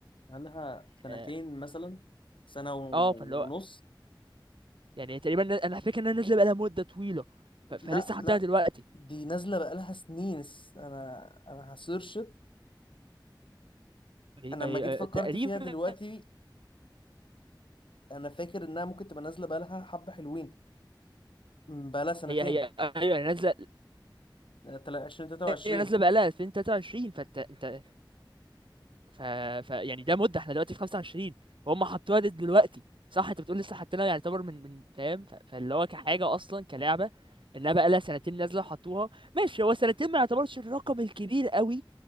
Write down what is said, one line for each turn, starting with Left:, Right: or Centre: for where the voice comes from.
Left: عندها سنتين
Right: اه
Left: مثلا سنة و-
Right: آه، فاللي هو
Left: ونص
Right: يعني تقريبا انا فاكر انها نازله بقالها مده طويله ف...
Left: لا
Right: فلسه حاطينها
Left: لا
Right: دلوقتي
Left: دي نازلة بقالها سنين س- انا انا هسيرش
Right: هي...
Left: انا
Right: هي...
Left: لما جيت فكرت
Right: تقريبا
Left: فيها دلوقتي انا فاكر انها ممكن تبقى نازله بقالها حبه حلوين م، بقالها سنتين
Right: هي هي أيوة، هي نازله
Left: آه، تلا- 2023
Right: هي نازله بقالها 2023 فانت انت ف... ف... يعني ده مده احنا دلوقتي في 25 وهم حطوها لد دلوقتي صح انت بتقول لسه حاطينها يعني يعتبر من من فاهم ف... فاللي هو كحاجه اصلا كلعبه انها بقالها سنتين نازله وحطوها ماشي هو سنتين ما يعتبرش الرقم الكبير قوي